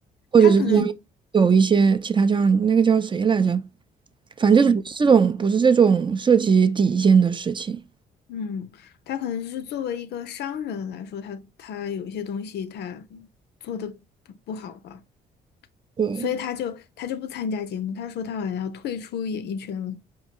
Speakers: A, on the right; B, on the left.
A: 或者是像有一些其他这样那个叫谁来着，
B: 他可能。
A: 反正就是不是这种不是这种涉及底线的事情。
B: 对。嗯，他可能就是作为一个商人来说，他他有一些东西他做的不不好吧，
A: 对，
B: 所以他就他就不参加节目。他说他好像要退出演艺圈了。